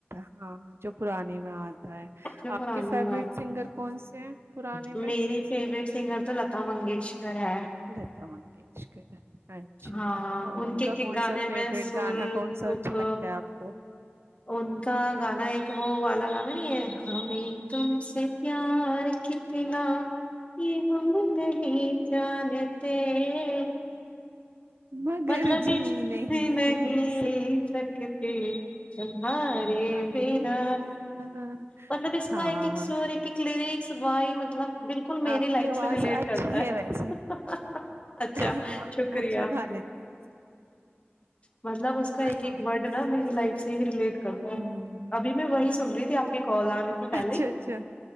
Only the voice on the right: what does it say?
ہاں جو پرانی میں آج آپ
کے فیوریٹ
سنگر کون سے ہیں پرانے میں
لتا منگیشکر اچھا
ان
کا
کون
سا فیوریٹ
گانا کون سا
اچھا لگتا ہے آپ کو
مگر
جی نہیں
تمہارے
بنا
ہاں
آپ
کی آواز
اچھی
ویسے
ہاں
اچھا
گا لیتی ہوں
ہاں
یہ
تو ہے
ہ
اچھا
اچھا